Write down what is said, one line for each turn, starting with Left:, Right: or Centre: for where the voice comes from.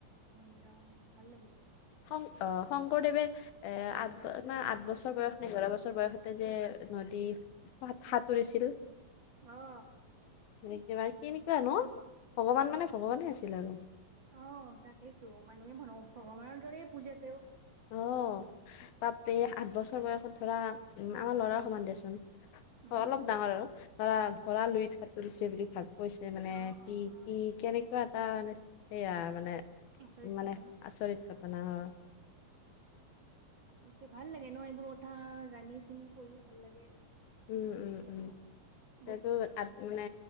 Right: ৰ ভাল লাগিছে
Left: শং শংকৰদেৱে এ আঠ আঠ বছৰ বয়স নে এঘাৰ বছৰ বয়সতে যে নদী সতুৰিছিল
Right: অ
Left: এনেকেবা কেনেকোৱা ন ভগৱান মানে ভগৱানে আছিল আৰু
Right: অ তাকেইতো মানুহে মনত ভগৱানৰ দৰে পূজাতেও
Left: অঁ বাপৰে আঠ বছৰ বয়সত ধৰা আমাৰ ল'ৰাৰ সমান দিয়াচোন
Right: উম
Left: অ অলপ ডাঙৰ আৰু ধৰা ভৰা লুই সাতুৰিছে বুলি ভাবো কৈছে মানে
Right: অ
Left: কি
Right: অ অ
Left: কি
Right: সেইটোৱে
Left: কেনেকোৱা এটা মানে সেয়া মানে
Right: আচৰিত
Left: মানে
Right: ঘটনা
Left: আচৰিত কথানা হ
Right: গতিকে ভাল লাগে ন এইবোৰ কথা জানি শুনি পঢ়িও ভাল লাগে
Left: উম
Right: কেতিয়াবা
Left: উম উম
Right: বহুত
Left: সেইটো
Right: ভাল লাগিল
Left: আঠ মানে